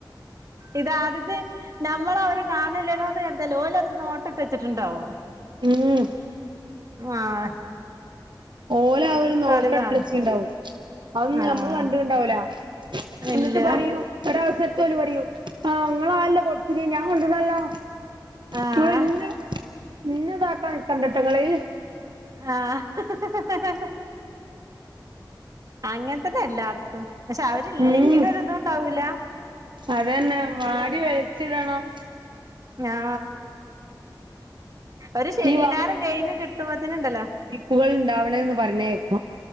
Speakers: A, on the right; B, on the right.
A: ഇതാദ്യത് നമ്മള് അവര് കാണില്ലല്ലോന്ന് കരുതല്ലോ ഓൽ അത് നോട്ട- ഇട്ത്ത്വെച്ചിട്ടുണ്ടാവും
B: ഉം
A: ആഹ
B: ഓല അവ ഒരു നോട്ട
A: ഓല് കാണും
B: ഇട്ടെച്ചിണ്ടാവും അതൊന്നും
A: ആഹ്
B: ഞമ്മള് കണ്ടുണ്ടാവൂല ഇന്നിട്ട്
A: ഇല്ല
B: പറയും ഒരാവസര ന്നട്ട് ഓല് പറയും ആഹ് ങ്ങളല്ലെ കൊട്ത്ത്ണ് ഞാൻ കണ്ട്ണല്ലോ
A: ആഹ്
B: നിങ്ങൾ എന്നെ എന്നെ ഇതാക്കാൻ നിക്കണ്ടട്ട നിങ്ങള്
A: ആ ഹ ഹ അങ്ങന തന്നെ എല്ലായിടത്തും പക്ഷെ അവരില്ലെങ്കിലും
B: ഉം
A: ഒരി ഇതുംണ്ടാവൂല
B: അതന്നെ, വാരി വലിച്ചിടണം
A: ആ ഒരു ശനി
B: ഈ
A: ഞായറും കൈഞ് കിട്ടുമ്പോത്തിനുണ്ടല്ലോ
B: മുകൾ ഉണ്ടാവണന്ന് പറഞ്ഞയക്കും.